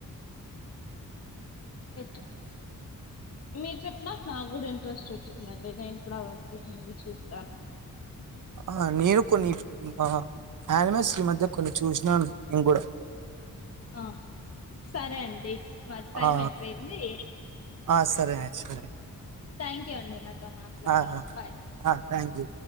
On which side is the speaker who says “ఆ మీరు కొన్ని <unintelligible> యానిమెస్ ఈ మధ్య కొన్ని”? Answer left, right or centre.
Right